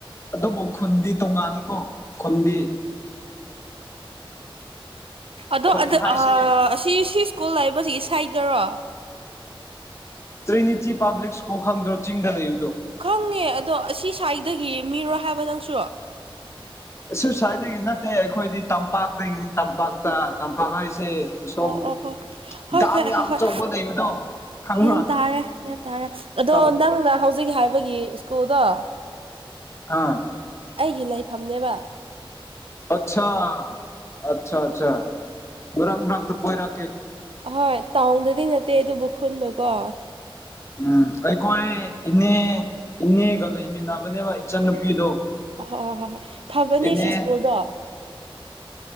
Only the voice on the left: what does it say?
ꯑꯗꯨꯕꯨ ꯈꯨꯟꯗꯤ ꯇꯣꯡꯉꯥꯜꯂꯤꯀꯣ ꯈꯨꯟꯗꯤ
ꯈꯨꯟ ꯍꯥꯏꯁꯦ
ꯇ꯭ꯔꯤꯅꯤꯇꯤ ꯄꯕꯂꯤꯛ ꯁꯀꯨꯜ ꯈꯪꯗ꯭ꯔꯣ ꯆꯤꯡꯗ ꯂꯩ
ꯑꯣꯏ ꯁ꯭ꯋꯥꯏꯗꯒꯤ ꯅꯠꯇꯦ ꯑꯩꯈꯣꯏꯗꯤ ꯇꯝꯄꯥꯛꯇꯒꯤꯅꯤ ꯇꯝꯄꯥꯛꯇꯄꯥꯛ ꯕꯥꯈꯥꯏꯁꯦ ꯁꯣꯨꯝ
ꯗꯥꯝ
ꯌꯥꯝ
ꯑꯧꯕ ꯂꯩꯕꯗꯣ ꯈꯪꯕ꯭ꯔꯥ
ꯇꯝ
ꯑꯥ
ꯑꯆꯥ ꯑꯆꯥ ꯑꯆꯥ ꯔꯪ ꯔ ꯀꯣꯏ ꯔꯀꯦ
ꯎꯝ ꯑꯩꯈꯣꯏ ꯏꯅꯦ ꯏꯅꯦꯒ ꯂꯩꯃꯤꯟꯅꯕꯅꯦꯕ ꯏꯆꯟꯅꯨꯄꯤꯗꯣ
ꯏꯅꯦ